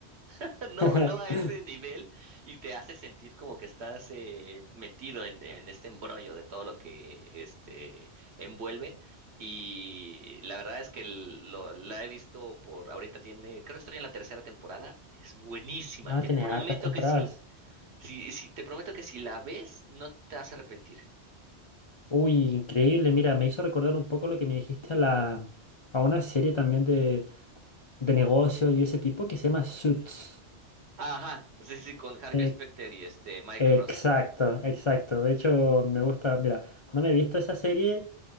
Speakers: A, on the right (about 70°); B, on the left (about 40°).
A: <laughs> No,
B: <laughs>
A: no a ese nivel y te hace sentir como que estás eh, metido en, en este embrollo de todo lo que este envuelve. Y la verdad es que el- lo, la he visto por ahorita tiene, creo que estoy en la tercera temporada. Es buenísima.
B: Ah,
A: Te
B: tiene
A: prometo
B: hartas temporadas.
A: que si, si, si te prometo que si la ves, no te vas a arrepentir.
B: Uy, increíble. Mira, me hizo recordar un poco lo que me dijiste a la a una serie también de, de negocio y ese tipo que se llama Suits.
A: Ajá, sí, sí, con Harvey
B: Eh,
A: Specter y este Mike
B: exacto,
A: Ross.
B: exacto. De hecho, me gusta. Mira, no me he visto esa serie.